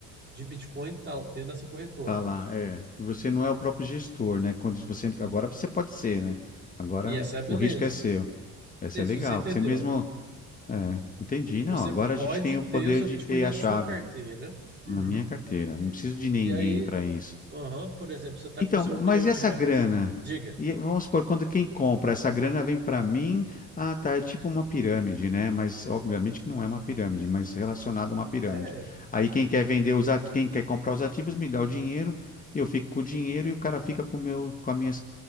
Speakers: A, on the right (about 30°); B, on the left (about 25°).
A: de bitcoin está dentro dessa corretora.
B: Tá lá, é. Você não é o próprio gestor, né? Quando você agora você pode ser, né? Agora
A: E essa é a beleza.
B: o risco é seu. Essa
A: Isso,
B: é legal,
A: você entendeu.
B: que você mesmo, é, entendi. Não,
A: Você
B: agora
A: pode
B: a gente tem o
A: ter
B: poder
A: o seu
B: de
A: bitcoin
B: ter
A: na
B: a chave
A: sua carteira, Uhum.
B: na minha carteira. Não preciso de ninguém
A: e aí,
B: para isso.
A: aham, por exemplo, você está
B: Então,
A: com seu um
B: mas
A: milhão
B: e
A: de
B: essa
A: reais.
B: grana?
A: Diga.
B: E, vamos supor, quando quem compra, essa grana vem para mim. Ah, tá, é tipo uma pirâmide, né? Mas obviamente que não é uma pirâmide, mas relacionada a uma pirâmide.
A: É,
B: Aí quem quer vender os ativos, quem quer comprar os ativos me dá o dinheiro, eu fico com o dinheiro e o cara fica com o meu, com as minhas